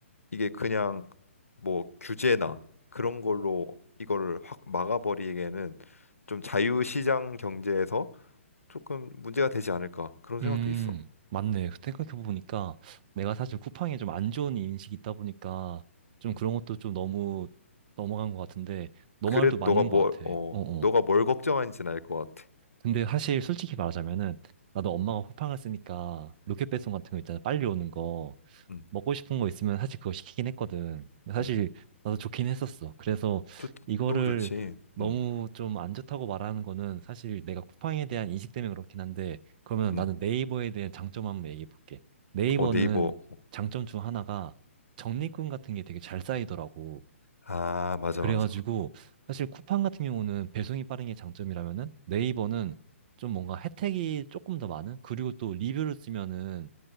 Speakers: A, on the left; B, on the right.
A: 이게 그냥 뭐 규제나 그런 걸로 이걸 확 막아버리기에는 좀 자유시장 경제에서 조금 문제가 되지 않을까 그런 생각도
B: 음,
A: 있어.
B: 맞네. 생각해보니까 내가 사실 쿠팡에 좀 안 좋은 인식이 있다 보니까 좀
A: 음.
B: 그런 것도 좀 너무 넘어간 것 같은데 너
A: 그래도
B: 말도 맞는
A: 너가 뭘,
B: 것 같아.
A: 어,
B: 어어.
A: 너가 뭘 걱정하는지는 알 것 같아.
B: 근데 사실 솔직히 말하자면은 나도 엄마가 쿠팡을 쓰니까 로켓 배송 같은 거 있잖아. 빨리 오는 거.
A: 음,
B: 먹고 싶은 거 있으면 사실 그거 시키긴 했거든. 근데 사실
A: 음.
B: 나도 좋긴 했었어. 그래서
A: 좋,
B: 이거를
A: 너무 좋지.
B: 너무
A: 음,
B: 좀 안 좋다고 말하는 거는 사실 내가 쿠팡에 대한 인식 때문에 그렇긴 한데 그러면
A: 음.
B: 나는 네이버에 대한 장점 한번 얘기해 볼게. 네이버는
A: 어, 네이버.
B: 장점 중 하나가 적립금 같은 게 되게 잘 쌓이더라고.
A: 아, 맞아,
B: 그래가지고
A: 맞아.
B: 사실 쿠팡 같은 경우는 배송이 빠른 게 장점이라면은 네이버는 좀 뭔가 혜택이 조금 더 많은? 그리고 또 리뷰를 쓰면은